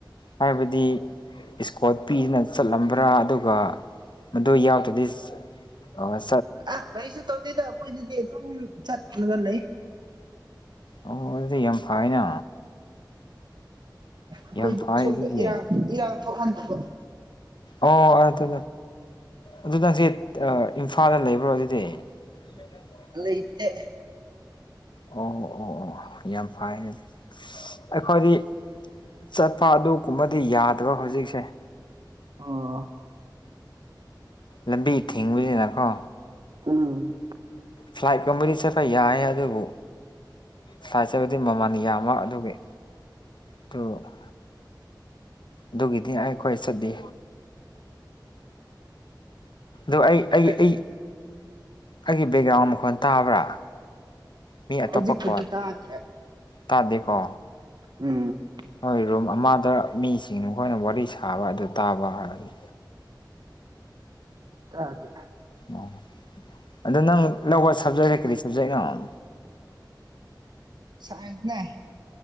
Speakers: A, on the left (about 75°); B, on the right (about 65°).
A: ꯍꯥꯏꯕꯗꯤ ꯏꯁꯀꯣꯔꯠ ꯄꯤꯗꯨꯅ ꯆꯠꯂꯝꯕ꯭ꯔꯥ ꯑꯗꯨꯒ ꯃꯗꯨ ꯌꯥꯎꯗ꯭ꯔꯗꯤ ꯑ
B: ꯑ ꯀꯒꯥꯔꯤꯁꯨ ꯇꯧꯗꯦꯗ ꯑꯩꯈꯣꯏꯗꯨꯗꯤ ꯑꯗꯨꯝ ꯆꯠꯂꯒ ꯂꯩ
A: ꯑꯣ ꯑꯗꯨꯗꯤ ꯌꯥꯝ ꯐꯩꯅ
B: ꯑꯩꯈꯣꯏꯗꯤ
A: ꯌꯥꯝ ꯐꯩ
B: ꯁꯣꯝꯗ
A: ꯑꯗꯨꯗꯤ
B: ꯏꯔꯥꯡ ꯏꯔꯥꯡ ꯊꯣꯛꯍꯟꯗꯕ
A: ꯑꯣ ꯑꯗꯨ ꯑꯗꯨ ꯅꯪꯁꯦ ꯏꯝꯐꯥꯜꯗ ꯂꯩꯕ꯭ꯔꯣ ꯑꯗꯨꯗꯤ <unintelligible>
B: ꯂꯩꯇꯦ
A: ꯑꯣ ꯑꯣ ꯑꯣ ꯑꯣ ꯌꯥꯝ ꯐꯩꯅꯦ ꯑꯩꯈꯣꯏꯗꯤ ꯆꯠꯄ ꯑꯗꯨꯒꯨꯝꯕꯗꯤ ꯌꯥꯗꯕ ꯍꯧꯖꯤꯛꯁꯦ
B: ꯑꯣ
A: ꯂꯝꯕꯤ ꯊꯤꯡꯕꯅꯤꯅꯀꯣ
B: ꯎꯝ
A: ꯐ꯭ꯂꯥꯏꯠꯀꯨꯝꯕꯗꯤ ꯆꯠꯄ ꯌꯥꯏ ꯑꯗꯨꯕꯨ ꯐ꯭ꯂꯥꯏꯠ ꯆꯠꯄꯗꯤ ꯃꯃꯜ ꯌꯥꯝꯕ ꯑꯗꯨꯒꯤ ꯇꫭ ꯑꯗꯨꯒꯤꯗꯤ ꯑꯩꯈꯣꯏ ꯆꯠꯗꯦ ꯑꯣ ꯑꯩ ꯑꯩꯒꯤ
B: ꯀꯔꯤ
A: ꯑꯩ ꯑꯩꯒꯤ ꯕꯦꯛꯒ꯭ꯔꯥꯎꯟ ꯃꯈꯣꯟ ꯇꯥꯕ꯭ꯔꯥ ꯃꯤ ꯑꯇꯣꯞꯄ
B: ꯍꯧꯖꯤꯛꯄꯨꯗꯤ
A: ꯈꯣꯟ
B: ꯇꯥꯗ꯭ꯔꯦ
A: ꯇꯥꯗꯦꯀꯣ
B: ꯎꯝ
A: ꯍꯣꯏ ꯔꯨꯝ ꯑꯃꯗ ꯃꯤꯁꯤꯡꯅ ꯃꯈꯣꯏꯅ ꯋꯥꯔꯤ ꯁꯥꯕ ꯑꯗꯨ ꯇꯥꯕ ꯍꯥꯏꯔꯅꯤ
B: ꯇꯥꯗꯦ
A: ꯑꯣ ꯑꯗꯣ ꯅꯪ ꯂꯧꯕ ꯁꯕꯖꯦꯛꯔ ꯀꯔꯤ ꯁꯕꯖꯦꯛ ꯅꫭ
B: ꯁꯥꯏꯟꯁꯅꯦ